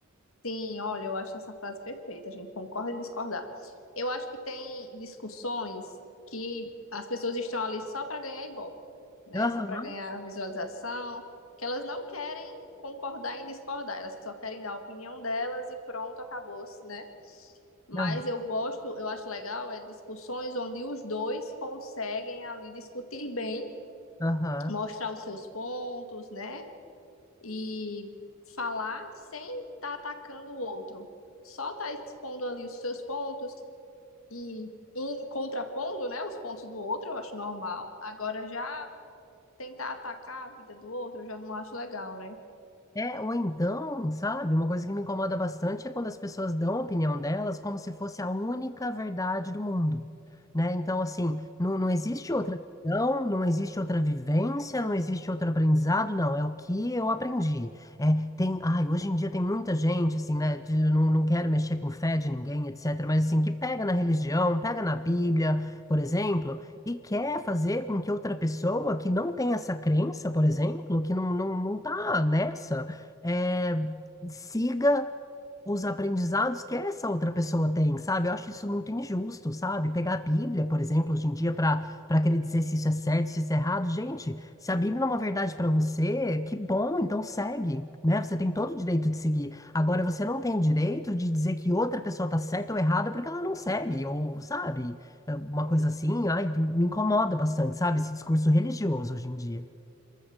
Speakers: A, on the left (about 75°); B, on the left (about 15°).
A: Sim, olha, eu acho essa frase perfeita. A gente concorda em discordar. Eu acho que tem discussões que as pessoas estão ali só para ganhar ibope, né?
B: Aham,
A: Só para ganhar visualização, que elas não querem concordar em discordar, elas só querem dar a opinião delas e pronto, acabou-se, né? Mas
B: ah,
A: eu gosto, eu acho legal, é discussões onde os dois conseguem ali discutir bem,
B: aham.
A: mostrar os seus pontos, né? e falar sem estar atacando o outro. Só tá expondo ali os seus pontos e em- contrapondo, né, os pontos do outro, eu acho normal. Agora já tentar atacar a vida do outro, eu já não acho legal, né?
B: É, ou então, sabe, uma coisa que me incomoda bastante é quando as pessoas dão a opinião delas como se fosse a única verdade do mundo, né? Então, assim, não, não existe outra visão, não existe outra vivência, não existe outro aprendizado, não, é o que eu aprendi. É, tem, ai, hoje em dia tem muita gente, assim, né, de, não, não quero mexer com fé de ninguém, etc., mas, assim, que pega na religião, pega na Bíblia, por exemplo, e quer fazer com que outra pessoa que não tem essa crença, por exemplo, que não, não, não tá nessa, é, siga os aprendizados que essa outra pessoa tem, sabe? Eu acho isso muito injusto, sabe? Pegar a Bíblia, por exemplo, hoje em dia, para para querer dizer se isso é certo, se isso é errado. Gente, se a Bíblia é uma verdade para você, que bom, então segue, né? Você tem todo o direito de seguir. Agora, você não tem o direito de dizer que outra pessoa tá certa ou errada porque ela não segue, ou, sabe? É Uma coisa assim, ai, me incomoda bastante, sabe? Esse discurso religioso hoje em dia.